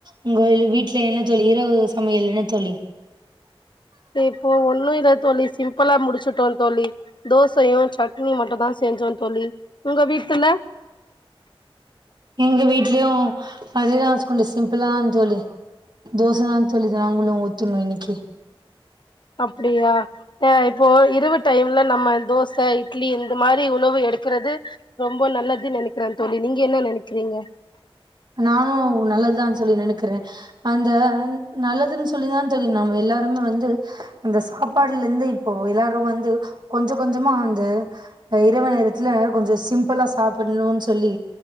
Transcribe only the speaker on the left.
இப்போ ஒண்ணு இல்ல தோழி சிம்பிளா முடிச்சுட்டோ தோழி தோசையு சட்னியு மட்டு தா செஞ்சோ தோழி உங்க வீட்டுல
அப்டியா அ இப்போ இரவு டைம்ல நம்ம தோச இட்லி இந்த மாரி உணவு எடுக்குறது ரொம்ப நல்லது நெனைக்றேன் தோழி நீங்க என்ன நெனைக்கிறீங்க